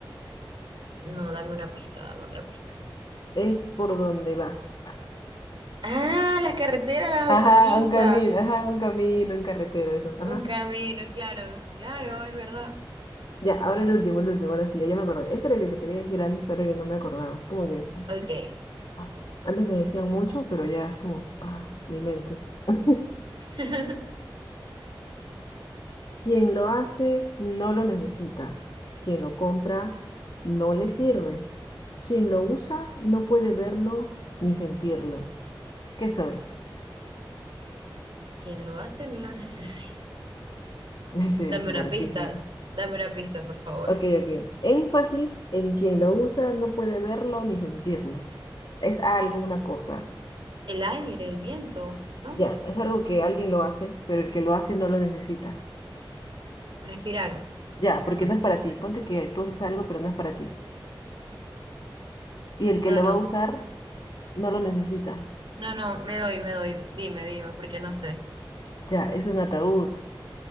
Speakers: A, on the right; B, on the left.
A: No, dame una pista, dame otra pista.
B: Es por donde vas. <laughs>
A: Ah, las carreteras, las
B: Ajá,
A: autopistas.
B: un camino, ajá, un camino, en carretera, eso.
A: Un
B: Ajá.
A: camino, claro, claro, es verdad.
B: Ya, ahora el último, el último, ahora sí, ya, ya me acordé. Este era el que te quería decir antes, ahora que no me acordaba. Como que
A: Ok.
B: Ay, Antes me decían mucho, pero ya es como, ah, mi mente. <laughs>
A: <laughs>
B: Quien lo hace no lo necesita. Quien lo compra no le sirve. Quien lo usa no puede verlo ni sentirlo. ¿Qué soy?
A: Quien lo hace no lo <laughs> necesita.
B: <laughs> Ese
A: Dame
B: es súper
A: una
B: difícil.
A: pista, dame una pista, por favor.
B: Ok, ok. Énfasis en quien lo usa no puede verlo ni sentirlo. Es algo, una cosa.
A: El aire, el viento, ¿no?
B: Ya, es algo que alguien lo hace, pero el que lo hace no lo necesita.
A: Respirar,
B: Ya, porque
A: no.
B: no es para ti. Ponte que tú haces algo, pero no es para ti. y el que
A: No,
B: lo
A: no.
B: va a usar no lo necesita.
A: No, no, me doy, me doy. Dime, dime, porque no sé.
B: Ya, es un ataúd.